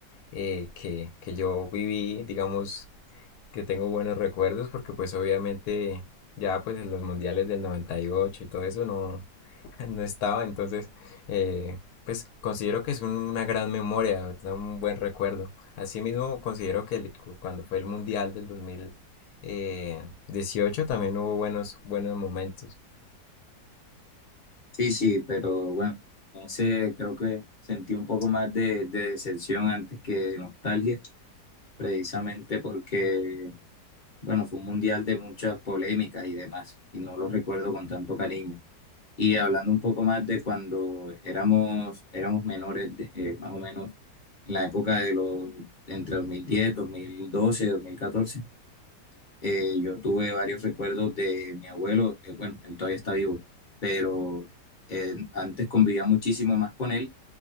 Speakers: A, on the left (about 65°); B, on the left (about 35°).
A: eh, que, que yo viví, digamos, que tengo buenos recuerdos, porque pues obviamente ya pues en los mundiales del noventa y ocho y todo eso no, <laughs> no estaba, entonces eh, pues considero que es un- una gran memoria, ¿verdad? Un buen recuerdo. Asimismo, considero que el- cu- cuando fue el mundial del dos mil eh, dieciocho también hubo buenos, buenos momentos.
B: Sí, sí, pero bueno, ese creo que sentí un poco más de, de decepción antes que de nostalgia, precisamente porque, bueno, fue un mundial de muchas polémicas y demás, y no lo recuerdo con tanto cariño. Y hablando un poco más de cuando éramos, éramos menores, de- eh, más o menos en la época de los, entre dos dos mil mil diez dos mil doce dos mil catorce Eh, yo tuve varios recuerdos de mi abuelo, eh, bueno, él todavía está vivo, pero eh, antes convivía muchísimo más con él,